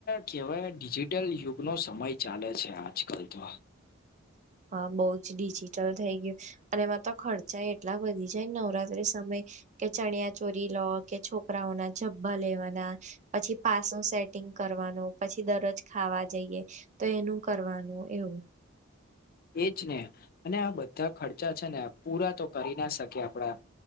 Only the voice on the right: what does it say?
હા બઉ જ ડિજિટલ થઈ ગયું અને એમાં તો ખર્ચા એટલા વધા ગ્યા જ નવરાત્રી સમય કે ચણિયા ચોરી લો કે છોકરાઓના જબ્બા લેવાના. પછી પાસ નું સેટિંગ કરવાનું પછી દરોજ ખાવા જઈએ, તો એનું કરવાનું એવું,